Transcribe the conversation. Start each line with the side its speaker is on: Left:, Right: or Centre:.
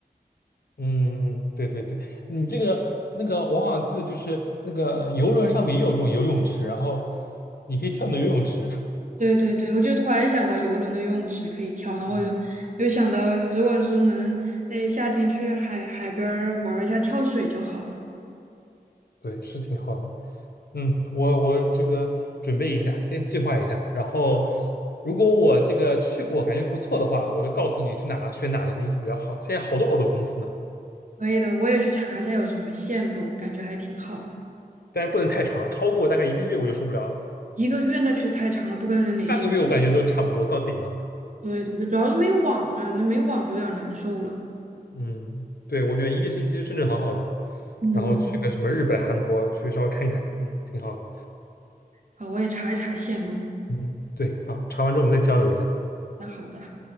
Left: 嗯，对对对，你这个那个，我好像记得就是那个游轮上面也有这种游泳池，然后你可以跳到游泳池。
Right: 对对对，我就突然想到游轮的游泳池可以跳，
Left: <laughs>
Right: 然后又又想到如果是能，
Left: 嗯
Right: 哎，夏天去海海边儿玩一下跳水就好了。
Left: 对，是挺好的。嗯，我我这个准备一下，先计划一下，然后如果我这个去过感觉不错的话，我就告诉你去哪个选哪个公司比较好。现在好多好多公司呢，
Right: 可以的，我也去查一下有什么线路，感觉还挺好啊。
Left: 但是不能太长，超过大概一个月我就受不了了，
Right: 一个月那确实太长了，不跟人联系。
Left: 半个月我感觉都差不多到顶了。
Right: 对对对，主要是没网啊，这没网就有点难受了。
Left: 嗯，对，我觉得一个星期是正正好好的，
Right: 嗯，
Left: 然后去个什么日本、韩国去稍微看看，嗯，挺好的。
Right: 好，我也查一查线路。
Left: 嗯，对，好，查完之后我们再交流一下。
Right: 那好的。